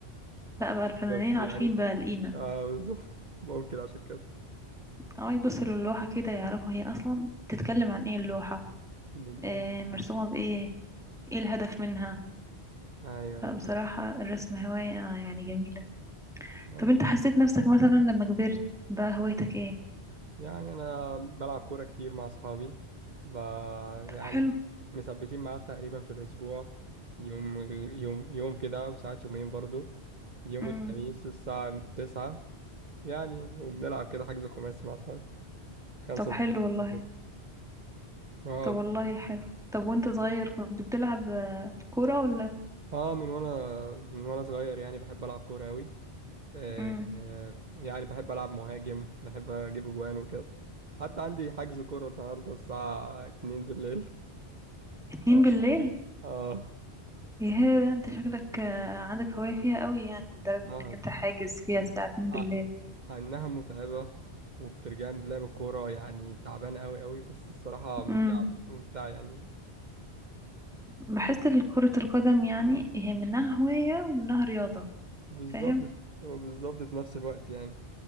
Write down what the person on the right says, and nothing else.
بس
يعني
اه بالظبط <laughs> ممكن عشان كده
بالظبط
ايوه
ايوه
يعني انا بلعب كوره كتير مع اصحابي ب...
يعني
مثبتين ميعاد تقريبا في الاسبوع يوم يوم يوم كده وساعات يومين برضو يوم
الخميس الساعه 9 يعني وبنلعب كده حجز خماسي مع اصحابي خمسة
ضد
خمسة
كده اه
اه من وانا من وانا صغير يعني بحب العب كوره قوي آه
يعني بحب العب مهاجم بحب اجيب اجوان وكده حتى عندي حجز كوره النهارده الساعه 2 بالليل
اه
اه
آه.
ع-
عنها متعبة وبترجعني لعب الكورة يعني تعبان قوي قوي بس الصراحة ممتعة
ممتعة يعني
بالظبط
هو بالظبط في نفس الوقت يعني